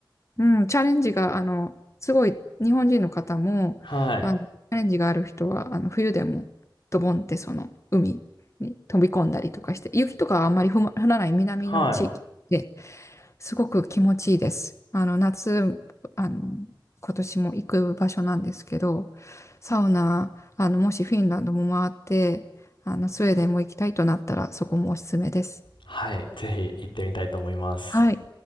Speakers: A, on the left; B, on the left.
A: うん、チャレンジが、あの、すごい日本人の方も、
B: はい。
A: あの、チャレンジがある人は、あの、冬でもドボンってその海に飛び込んだりとかして、雪とかはあんまり降ま降らない南の地域で
B: はい。
A: すごく気持ちいいです。あの、夏、あの、今年も行く場所なんですけど、サウナ、あの、もしフィンランドも回って、あの、スウェーデンも行きたいとなったら、そこもおすすめです。
B: はい、ぜひ行ってみたいと思います。
A: はい。